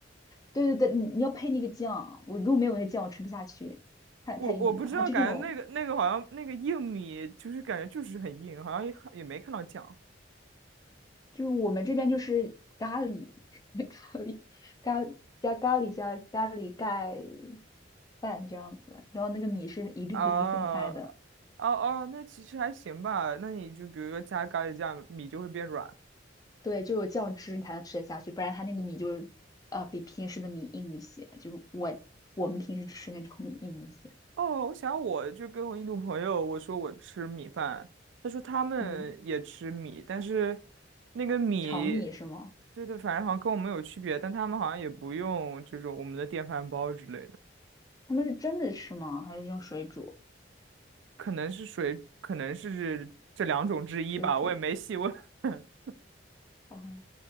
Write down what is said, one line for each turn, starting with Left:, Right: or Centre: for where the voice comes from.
Left: 对对对，你你要配那个酱，我如果没有那个酱，我吃不下去，
Right: <laughs>
Left: 太太硬了。
Right: 我我不知道，
Left: 它就这种
Right: 感觉那个那个好像那个硬米就是感觉就是很硬，好像也看也没看到酱
Left: 就是我们这边就是咖喱，<laughs> 咖喱，咖加咖喱加咖喱盖饭这样子，然后那个米是一粒一粒分开的，
Right: 啊哦哦，那其实还行吧，那你就比如说加咖喱酱，米就会变软
Left: 对，就有酱汁你才能吃得下去，不然它那个米就是呃比平时的米硬一些，就是我我们平时吃那种米硬一些，
Right: 哦，我想我就跟我印度朋友我说我吃米饭，他说他们也吃米，
Left: 嗯，
Right: 但是那个米，
Left: 炒米是吗？
Right: 对对，反正好像跟我们有区别，但他们好像也不用这种我们的电饭煲之类的，
Left: 他们是蒸着吃吗？还是用水煮？
Right: 可能是水，可能是这两种之一吧，
Left: 水煮，
Right: 我也没细问。<laughs>
Left: 哦。